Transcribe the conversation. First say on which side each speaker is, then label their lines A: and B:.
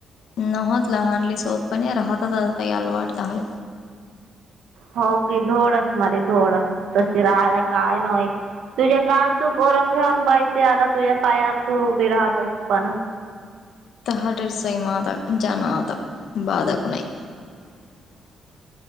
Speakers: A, on the left; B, on the right.
A: न होत म्हणे लहानली सोतपणे रहा तू आता आठ दहाले
B: हो की दोडस मधे दोड्स तशी रहाया काय नाही तुझे काम तू करून घेवून बाई त्या तुझ्या पायावर तुझी तू उभी राहत असत ना
A: <unintelligible>